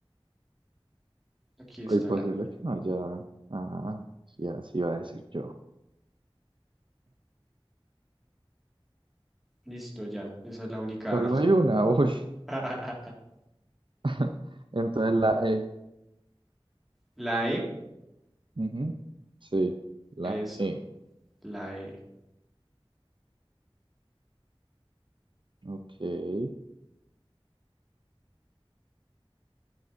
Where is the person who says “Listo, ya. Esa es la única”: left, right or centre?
Centre